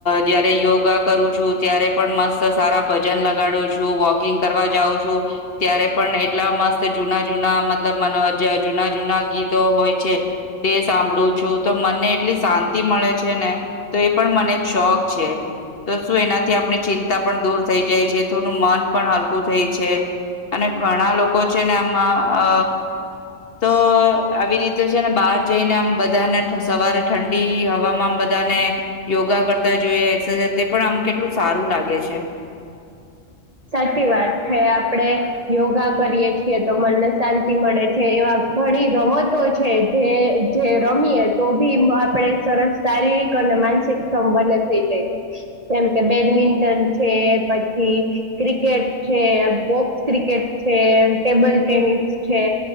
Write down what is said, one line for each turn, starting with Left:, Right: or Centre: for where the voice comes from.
Left: જયારે યોગા કરું છું ત્યારે પણ મસ્ત સારા વજન લગાડું છું વોકિંગ કરવા જાઉં છું ત્યારે પણ એટલા મસ્ત જૂના જૂના મ જૂના જૂના ગીતો હોય છે તે સાંભળું છું તો મનને એટલી શાંતિ મળે છે ને તો એ પણ મને એક શોખ છે તો શું એના થી આપણી ચિંતા પણ દૂર થઈ જાય છે થોડું મન પણ હલકું થઈ છે અને ઘણા લોકો છે ને આમાં અ તો આવી રીતે છે ને બહાર જઈને આમ બધાને સવારે ઠંડી હવામાં બધા અને યોગા કરતા જોઈએ એક્સરસાઇઝ તે પણ આમ કેટલું સારું લાગે છે.
Right: સાચી વાત છે આપડે યોગા કરીએ છીએ તો મનને શાંતિ મળે છે એવા. ઘણી રમતો છે જે જે રમીએે તો ભી આપણેે સરસ શારીરિક. માનસિક સંબન થઈ જાય છે જેમ કે બેડમિન્ટન છે પછી. ક્રિકેટ છે બોક્સ ક્રિકેટ છે ટેબલ ટેનિસ છે.